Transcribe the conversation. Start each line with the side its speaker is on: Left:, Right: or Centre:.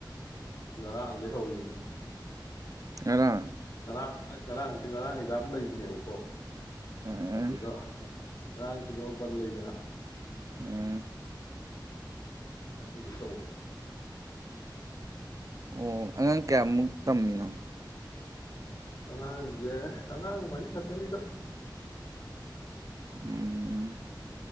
Left: ꯉꯔꯥꯡꯗꯒꯤꯩ ꯍꯧꯔꯤꯅꯤꯅꯦ
Right: ꯑꯗ
Left: ꯉꯔꯥꯡ ꯉꯔꯥꯡ ꯉꯔꯥꯡ ꯍꯖꯝ ꯂꯩꯕꯅꯦꯕꯀꯣ
Right: ꯎꯝ
Left: ꯑꯗꯨꯗ ꯑꯁ ꯉꯔꯥꯡꯒꯤꯗꯣ ꯕꯟ ꯂꯩꯗꯅ
Right: ꯎꯝ
Left: ꯑꯗꯨ ꯇ
Right: ꯑꯣ ꯑꯉꯥꯡ ꯀꯌꯥꯃꯨꯛ ꯇꯝꯃꯤꯅꯣ
Left: ꯑꯉꯥꯡꯁꯦ ꯑꯉꯥꯡ ꯃꯔꯤ ꯁꯛꯇꯅꯤꯗꯣ
Right: ꯎꯝ